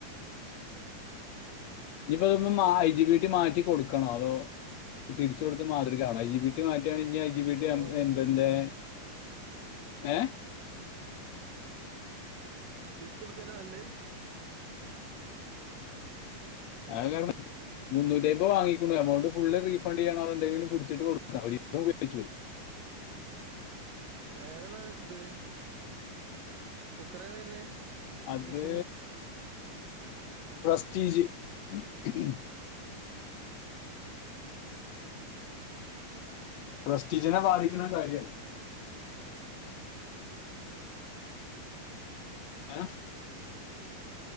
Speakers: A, on the left (about 65°); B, on the right (about 85°).
A: ഇനീപ്പോ ഇതിപ്പോ ജി ബീറ്റി മാറ്റി കൊടുക്കണോ അതോ തിരിച്ച് കൊടുത്ത് മാതൃക ആവണം ഐജീ ബീറ്റി മാറ്റുകയാണെങ്കി ഐ ജീ ബീറ്റി
B: അതല്ലേ നല്ലത്
A: എന്റെ ഏഹ്
B: തിരിച്ച് കൊടുക്കുന്നെയാ നല്ലേ
A: അത് കാരണം വാങ്ങിക്കണം എമൗണ്ട് ഫുള്ള് <unintelligible> റീഫണ്ട് ചെയ്യണോന്നുണ്ടെങ്കിലും കുടിച്ചിട്ട് കൊടുക്കണം ഒര് പേടിച്ചു പോയി <unintelligible>
B: ഏനല്ല ഇത് കുക്കറാ തരുന്നേ
A: അത്
B: ഇൻഡക്ഷന്
A: പ്രസ്റ്റീജ് <unintelligible>
B: ഉം
A: പ്രെസ്റ്റീജിനെ ബാധിക്കണ കാര്യാ ഏഹ്